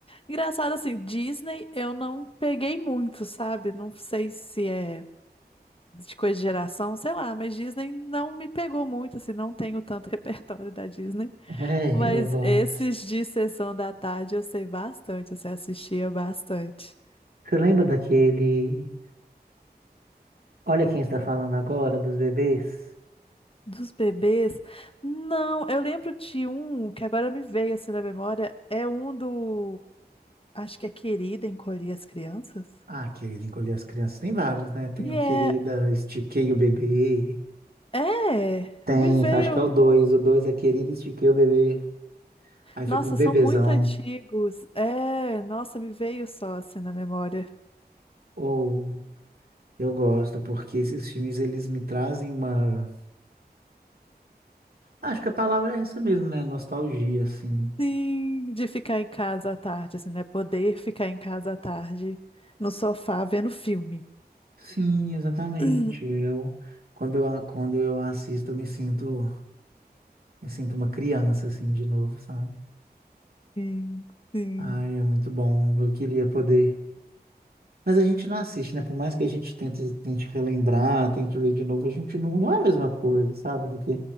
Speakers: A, on the left; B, on the right.
A: Engraçado assim, Disney eu não peguei muito, sabe? Não sei se é de coisa de geração, sei lá, mas Disney não me pegou muito, assim, não tenho tanto <laughs> repertório da Disney.
B: É,
A: Mas
B: eu gosto.
A: esses de sessão da tarde eu sei bastante, assim, eu assistia bastante.
B: Você lembra daquele Olha Quem Está Falando Agora, dos bebês?
A: Dos bebês? Não, eu lembro de um que agora me veio assim na memória, é um do, acho que é Querida Encolher as Crianças.
B: Ah, querido, encolher as crianças. Tem vários, né? Tem
A: E
B: o Querida,
A: é,
B: Estiquei o Bebê.
A: é,
B: Tem,
A: me veio,
B: acho que é o dois. O dois é Querida, Estiquei o Bebê. Aí
A: nossa,
B: fica um bebezão.
A: são muito antigos. É, nossa, me veio só assim na memória.
B: Ou Eu gosto, porque esses filmes eles me trazem uma. Acho que a palavra é essa mesmo, né? Nostalgia, assim.
A: Sim, de ficar em casa à tarde, assim, né? Poder ficar em casa à tarde, no sofá vendo filme.
B: Sim, exatamente.
A: <clears throat>
B: Eu, quando eu, a- quando eu assisto, eu me sinto, me sinto uma criança, assim, de novo, sabe?
A: Sim, sim.
B: Ai, é muito bom. Eu queria poder. Mas a gente não assiste, né? Por mais que a gente tente, tente relembrar, tente ver de novo, a gente não, não é a mesma coisa, sabe? Do que.